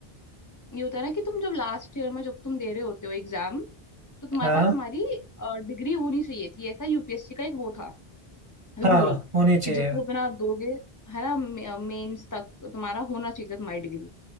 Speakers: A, on the left; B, on the right.
A: ये होता है ना कि तुम जब लास्ट ईयर में जब तुम दे रहे होते हो एग्जाम तो तुम्हारे
B: हाँ
A: पास तुम्हारी डिग्री होनी चाहिए थी ऐसा यूपीएससी का एक वो था रूल
B: हाँ होनी चाहिए
A: कि जो तुम अपना दोगे है ना मेंस तक तुम्हारा होना चाहिए था तुम्हारी डिग्री